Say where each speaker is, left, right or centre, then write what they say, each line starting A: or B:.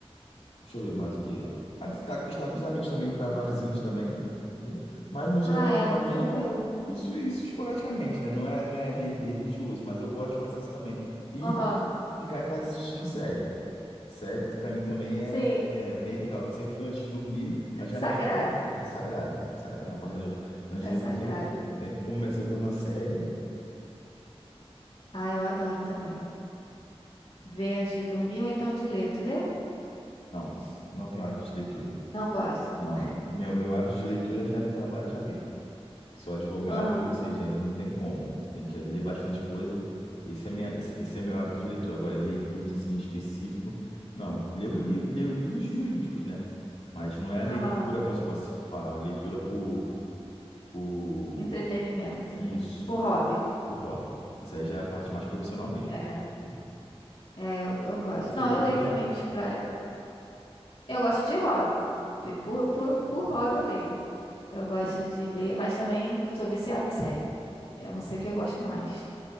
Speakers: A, on the left (about 80°); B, on the left (about 60°).
A: Deixa eu ver mais o que. Ah, Estar, estar com os amigos também, para barzinhos também, entendeu? Mas no geral,
B: Ah,
A: geral
B: é
A: mesmo,
B: tranquilo.
A: isso, isso esporadicamente, né? Não é, não é re- religioso, mas eu gosto de fazer isso também. E
B: Aham.
A: ficar em casa assistindo série. Série, pra mim também é,
B: Sim.
A: é bem legal, que eu sempre fico antes de dormir, mas já
B: Sagrado.
A: é mais pra parte da noite, né? sagrada sagrado, na parte da noite. Antes
B: É
A: de dormir,
B: sagrado.
A: sempre, sempre começo a ver uma série.
B: Ah, eu adoro também. Ver antes de dormir ou então de ler. Tu lê?
A: Não, não tenho hábito de leitura.
B: Não gosto. não.
A: Não, meu, meu hábito de leitura já é no trabalho já mesmo. Sou advogado,
B: Aham.
A: ou seja, não tem como. Você tem que ler bastante coisa. Esse é minha, esse é meu hábito de leitura. Agora, ler livros assim em específico, não. Levo, li- leio livros jurídicos, né? Mas não é a leitura,
B: Aham.
A: como se eu fosse falar, a leitura por, por...
B: Entretenimento.
A: Isso.
B: Por hobby.
A: o hobby. Isso aí já é a parte mais profissional mesmo.
B: É,
A: Entendeu?
B: é eu, eu gosto.
A: E você,
B: Não,
A: você
B: eu leio
A: gosta?
B: também pra... Eu gosto de hobby. Por, por, por hobby eu leio. Eu gosto de ler, mas também sou viciada em série. Eu não sei o que eu gosto mais.